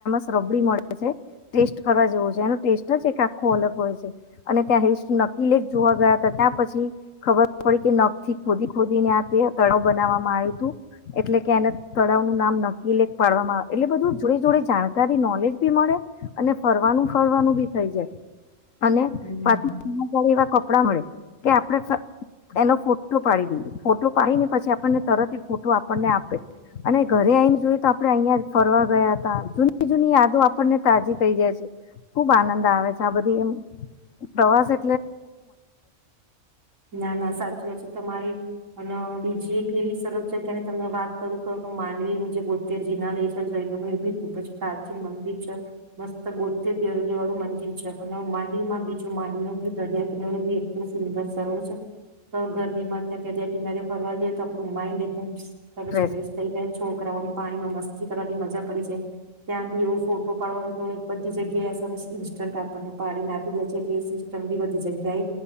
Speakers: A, on the left; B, on the right.
A: રબડી મળે છે ટેસ્ટ કરવા જેવો છે એનો ટેસ્ટ જ એક આખો અલગ હોય છે અને ત્યાં હિસ્ટ નકલેક જોવા ગયા હતા ત્યાં પછી ખબર પડી કે નખ થી ખોદી ખોદીને આે તળાવ બનાવવામાં આવ્યું હતું એટલે કે એને તળાવ નું નામ નકીલેક ફડવામાં આવે એટલે બધું જોડે જોડે જાણ <unintelligible> નોલેજ ભી મળે અને ફરવાનું ફરવાનું ભી થઇ જાય અને <inaudible> <unintelligible>
B: હમ
A: કે આપણે એનો ફોટો પાડી દઈએ ફોટો પાડીને પછી આપણને તરત ફોટો આપણને આપે અને ઘરે આવીઈને જોઈએ તો આપણે અહીં ફરવા ગયા હતા જોની જૂની યાદો આપણને તાજી થઈ જાય છે ખુબ આનંદ આવે છે આ બધી એમ પ્રવાસે
B: ના ના સાચી વાત તમારી અને બીજી એક એવી સરસ જગ્યાની તમે વાત કરું કરુ કે માંડવીનું જે બોતેર જિનાલય છે જયલોનું એ ભી ખુબ જ પ્રાચીન મંદિર છે મસ્ત બોતેર દે વાળું મંદિર છે અને માંડવી માં બીજું માંડવીનું દરિયા કિનારે ભી એટલું સુંદર સરળ છે તો ગરમી માં ત્યાં દરિયા કિનારે ફરવા જઈએ તો આપણું માઇન્ડ એકદમ સરસ
A: છે
B: ફ્રેસ થઈ જય છોકરાઓની પાણીમાં મસ્તી કરવાની મજા પડી જાય ત્યાં બી એવું ફોટો પાડવાનું તો બધી જગ્યાએ સરસ ઇન્સ્ટન્ટ આપણને પાડી ના આપી દે છે એટ જંગી બધી જગ્યાએ